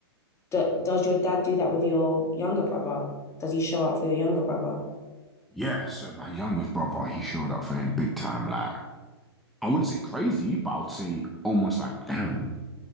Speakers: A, on the left; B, in the centre.
A: do, does your dad do that with your younger brother? Does he show up for your younger brother?
B: Yeah, so my youngest brother, he showed up for him big time. Like, I wouldn't say crazy, but I would say almost like, damn,